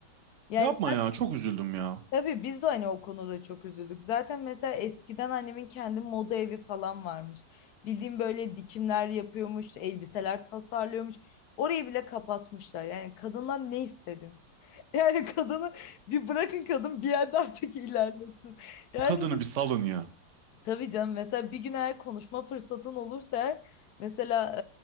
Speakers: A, on the left (about 70°); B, on the right (about 50°).
A: Yani
B: yapma ya çok üzüldüm ya.
A: Tabii biz de hani o konuda çok üzüldük. Zaten mesela eskiden annemin kendi moda evi falan varmış. Bildiğim böyle dikimler yapıyormuş, elbiseler tasarlıyormuş. Orayı bile kapatmışlar. Yani kadından ne istediniz? <laughs> Yani kadını bir bırakın kadın bir yerde artık ilerlesin. Yani
B: Bu kadını bir salın ya.
A: Tabii canım mesela bir gün eğer konuşma fırsatın olursa eğer, mesela